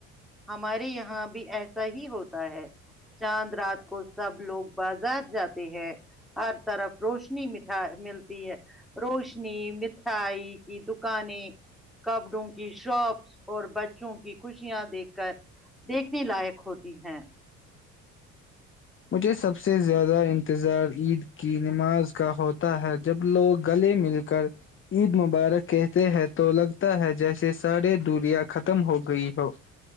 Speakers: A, in the centre; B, on the left.
A: ہمارے یہاں بھی ایسا ہی ہوتا ہے چاند رات کو سب لوگ بازار جاتے ہیں ہر طرف روشنی مٹا ملتی ہے روشنی مٹھائی کی دکانیں کپڑوں کی شاپس اور بچوں کی خوشیاں دیکھ دیکھنے لائق ہوتی ہیں
B: مجھے سب سے زیادہ انتظار عید کی نماز کا ہوتا ہے جب لوگ گلے مل کر عید مبارک کہتے ہیں تو لگتا ہے جیسے سارے دوریا ختم ہو گئی ہو